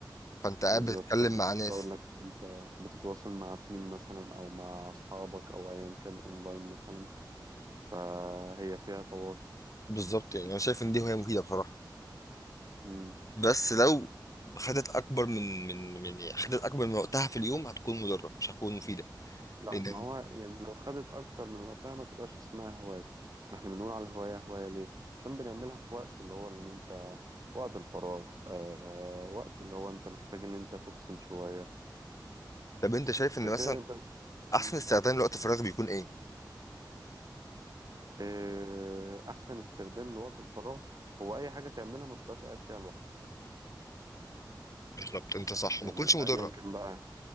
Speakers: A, on the left (about 45°); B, on the right (about 55°).
A: فانت قاعد
B: بالظبط
A: بتتكلم
B: اللي كنت
A: مع ناس
B: لسه هقول لك انت بتتواصل مع تيم مثلا او مع اصحابك او ايا كان اونلاين مثلا فهي فيها تواصل
A: بالظبط يعني انا شايف ان دي هوايه مفيده بصراحه
B: مم.
A: بس لو خدت اكبر من من من يعني خدت اكبر من وقتها في اليوم هتكون مضره مش هتكون مفيده
B: لا
A: لان
B: ما هو يعني لو خدت اكتر من وقتها ما تبقاش اسمها هواية احنا بنقول على الهواية هواية ليه عشان بنعملها في وقت اللي هو ان انت وقت الفراغ آه وقت اللي هو انت محتاج ان انت تفصل شوية
A: طب انت شايف
B: عشان
A: ان
B: كده
A: مثلا
B: انت مم.
A: احسن استخدام لوقت الفراغ بيكون ايه
B: آه احسن استخدام لوقت الفراغ هو اي حاجة تعملها ما تبقاش قاعد فيها لوحدك
A: بالظبط انت صح
B: يعني
A: ما تكونش مضره
B: ايا كان بقى